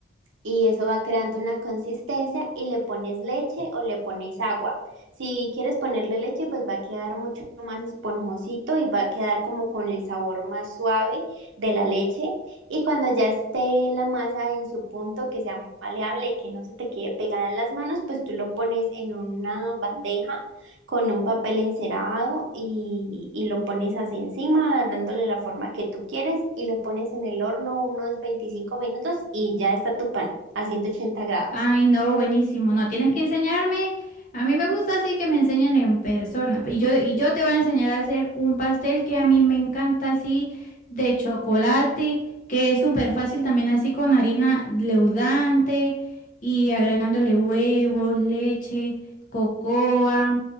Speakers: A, on the right (about 70°); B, on the left (about 45°).
A: y eso va creando una consistencia y le pones leche o le pones agua. Si quieres ponerle leche, pues va a quedar mucho más esponjosito y va a quedar como con el sabor más suave de la leche. Y cuando ya esté la masa en su punto, que sea maleable y que no se te quede pegada en las manos, pues tú lo pones en una bandeja con un papel encerado y, y lo pones así encima, dándole la forma que tú quieres y lo pones en el horno unos 25 minutos y ya está tu pan a ciento ochenta grados.
B: Ay, no, buenísimo. No, tienes que enseñarme. A mí me gusta así que me enseñen en persona. Y yo, y yo te voy a enseñar a hacer un pastel que a mí me encanta así de chocolate, que es súper fácil también así con harina leudante y agregándole huevos, leche, cocoa,